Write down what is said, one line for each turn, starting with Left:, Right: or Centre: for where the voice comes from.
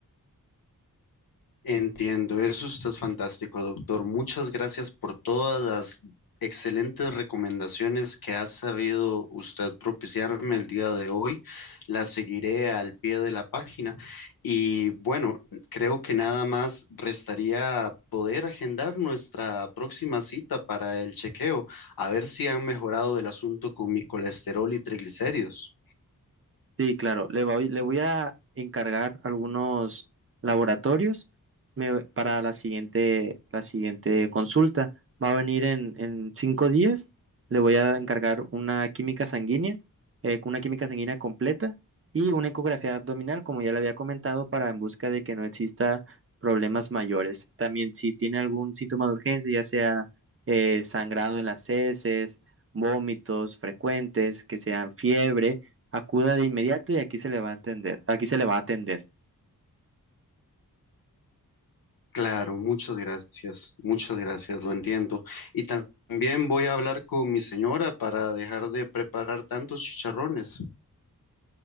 Left: Entiendo, eso usted es fantástico, doctor. Muchas gracias por todas las excelentes recomendaciones que ha sabido usted propiciarme el día de hoy. Las seguiré al pie de la página. Y bueno, creo que nada más restaría poder agendar nuestra próxima cita para el chequeo, a ver si han mejorado el asunto con mi colesterol y triglicéridos.
Right: Sí, claro, le voy, le voy a encargar algunos laboratorios me- para la siguiente, la siguiente consulta. Va a venir en, en cinco días. Le voy a encargar una química sanguínea, eh, una química sanguínea completa y una ecografía abdominal, como ya le había comentado, para en busca de que no exista problemas mayores. También si tiene algún síntoma de urgencia, ya sea eh, sangrado en las heces, vómitos frecuentes, que sean fiebre Acuda de inmediato y aquí se le va a atender. Aquí se le va a atender.
Left: Claro, muchas gracias, muchas gracias, lo entiendo. Y tam- también voy a hablar con mi señora para dejar de preparar tantos chicharrones.